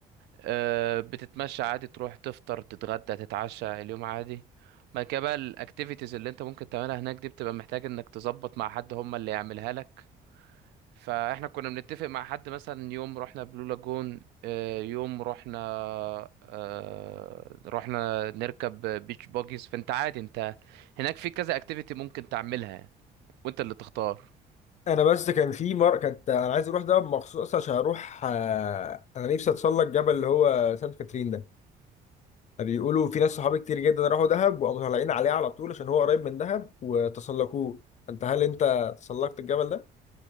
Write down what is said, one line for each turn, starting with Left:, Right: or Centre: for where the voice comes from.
Right: آه، بتتمشى عادي تروح تفطر تتغدى تتعشى اليوم عادي بعد كده بقى الاكتيفيتيز اللي انت ممكن تعملها هناك دي بتبقى محتاج انك تظبط مع حد هم اللي يعملها لك فاحنا كنا بنتفق مع حد مثلا يوم رحنا بلو لاجون آه، يوم رحنا آه، رحنا نركب بيتش باجيز فانت عادي انت هناك في كذا اكتيفيتي ممكن تعملها يعني وانت اللي تختار
Left: انا بس كان في مر كانت انا عايز اروح دهب مخصوص عشان اروح آه، انا نفسي اتسلق جبل اللي هو سانت كاترين ده بيقولوا في ناس صحابي كتير جدا راحوا دهب وقاموا طالعين عليه على طول عشان هو قريب من دهب وتسلقوه انت هل انت تسلقت الجبل ده